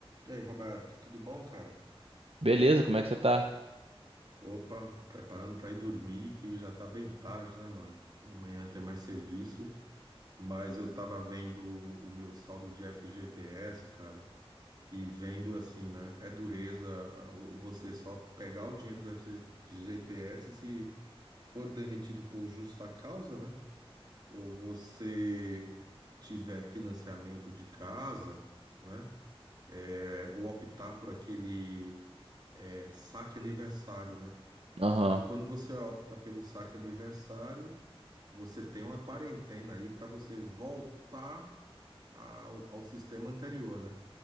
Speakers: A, on the right; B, on the right.
A: E aí, Roberto, tudo bom, cara?
B: Beleza, como é que você tá?
A: Opa, preparando pra ir dormir, que já tá bem tarde, né, mano? Amanhã tem mais serviço, mas eu tava vendo o o meu saldo de FGTS, cara, e vendo assim, né? É dureza ah, o- você só pegar o dinheiro do FGTS se for demitido por justa causa, né? Ou você tiver financiamento de casa, né? É, ou optar por aquele. é saque aniversário, né?
B: Aham.
A: Só que quando você opta pelo saque aniversário, você tem uma quarentena aí para você voltar ao, ao sistema anterior, né?